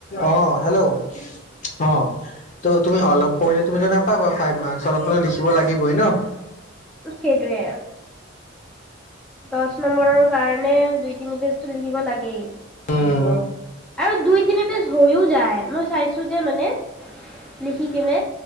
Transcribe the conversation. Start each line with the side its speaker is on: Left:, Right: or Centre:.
Left: অ হেল্ল' অ ত তুমি অলপ পঢ়িলে তুমিটো নাপাবা ফাইভ মাৰ্ক অলপ লিখিব লাগিবই ন।
Centre: সেইটোৱে আও দহ নম্বৰৰ কাৰণে দুই তিনি পেজটো লিখিব লাগেই
Left: উম
Centre: আৰু দুই তিনি পেজ হৈও যায় মই চাইছো যে মানে লিখি কিনে।